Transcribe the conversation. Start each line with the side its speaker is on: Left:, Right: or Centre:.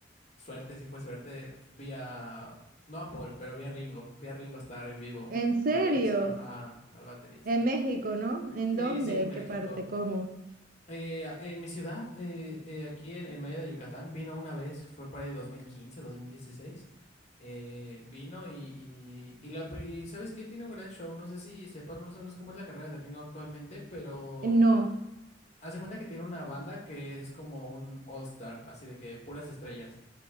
Left: Suerte, si fue suerte, vi a, no a Paul, pero vi a Ringo, vi a Ringo estar en vivo
Right: ¿En serio?
Left: una vez, ajá, al baterista,
Right: ¿En
Left: y
Right: México,
Left: fue como que wow.
Right: no? ¿En
Left: Sí,
Right: dónde?
Left: sí, en
Right: ¿En
Left: México.
Right: qué parte? ¿Cómo?
Left: Eh, a- en mi ciudad, eh, eh, aquí en, en medio de Yucatán, vino una vez, fue para el 2015, 2016, eh, vino y, y, y la pri- y ¿sabes qué? Tiene un gran show, no sé si sepas más o menos cómo es la carrera de Ringo actualmente, pero
Right: No.
Left: hace cuenta que tiene una banda que es como un all-star, así de que puras estrellas.